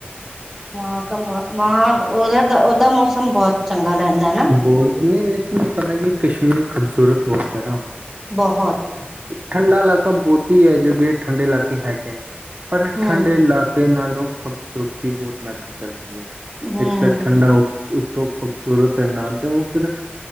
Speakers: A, in the centre; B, on the right (about 40°).
A: ਵਹਾਂ ਕਾ ਵਹਾਂ ਉਧਾ ਦਾ ਦਾ ਮੌਸਮ ਬਹੁਤ ਚੰਗਾ ਰਹਿੰਦਾ ਹੈ ਨਾ
B: ਬੋਲ ਨਹੀਂ ਲੇਕਿਨ ਪਤਾ ਕਿ ਕਸ਼ਮੀਰ ਖੂਬਸੂਰਤ ਬਹੁਤ ਹੈ ਨਾ।
A: ਬਹੁਤ
B: ਠੰਡਾ ੲਲਾ ਬਹੁਤੀ ਹੈ ਜਗੇ ਠੰਡੇ ਇਲਾਕੇ ਹੈਗੇ ਪਰ
A: ਹਮ
B: ਠੰਡੇ ਇਲਾਕੇ ਨਾਲ ਲੋ ਖੂਬਸੂਰਤੀ ਬਹੁਤ ਮੈਟਰ ਕਰਦੀ ਹੈ।
A: ਹਮ
B: ਇੱਕ ਤਾਂ ਠੰਡਾ ਹੋ-' ਉੱਤੋਂ ਖੂਬਸੂਰਤ, ਨਾਲ ਤੇ ਉਹ ਫਿਰ